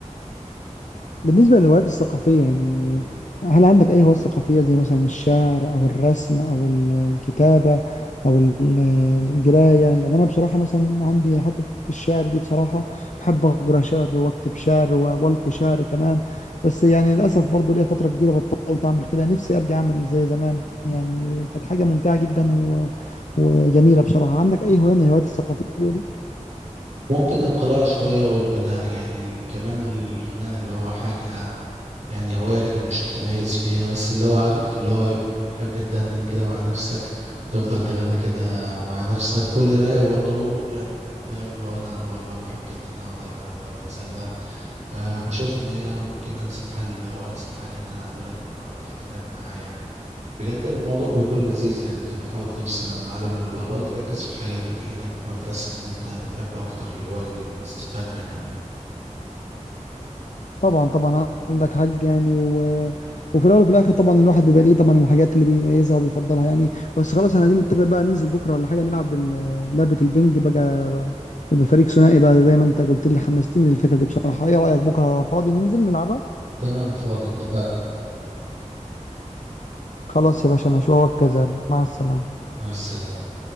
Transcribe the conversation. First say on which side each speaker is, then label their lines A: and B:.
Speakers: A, on the left; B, on the right.
A: بالنسبة للهوايات الثقافية يعني هل عندك أي هوايات ثقافية زي مثلا الشعر أو الرسم أو ال- الكتابة أو ال- القراية يعني أنا بصراحة مثلا عندي حتة الشعر دي بصراحة بحب أقرأ شعر وأكتب شعر و- وألقي شعر كمان بس يعني للأسف برضو ليا فترة كبيرة بطلت أعمل كده نفسي أرجع أعمل زي زمان يعني كانت حاجة ممتعة جدا و... وجميلة بصراحة عندك أي هواية من الهوايات الثقافية دي؟
B: ممكن القراءة شوية والغناء يعني كمان الغناء اللي هو حاجة يعني هواية لكن مش متميز فيها بس اللي هو عارف اللي هو تحب تدندن كده مع نفسك تفضل تغني كده مع نفسك والقراية برضو يعني فاهم لو أنا بره بحب إن أنا أضيع وقت أو أتسلى فبشوف إن هي ممكن أنسب حل أو أنسب حاجة إن أنا أعملها إن أنا أقرأ في كتاب معايا بجد الموضوع بيكون لذيذ يعني انت بتحاول تفصل عن العالم اللي بره وتركز في الحاجة اللي في ايدك فبتحس ان انت بتحب اكتر الهواية دي وبتستفاد منها
A: طبعا طبعا عندك حق يعني و... وفي الاول وفي الاخر طبعا الواحد بيبقى ليه طبعا الحاجات اللي بيميزها وبيفضلها يعني بس خلاص احنا عايزين نتفق بقى ننزل بكره ولا حاجه نلعب ال- لعبه البنج بقى ر- بفريق ثنائي بقى زي ما انت قلت لي حمستني للفكره دي بصراحه ايه رايك بكره فاضي ننزل نلعبها
B: تمام فاضي اتفقنا
A: خلاص يا باشا ماشي وهو كذلك مع السلامه
B: مع السلامة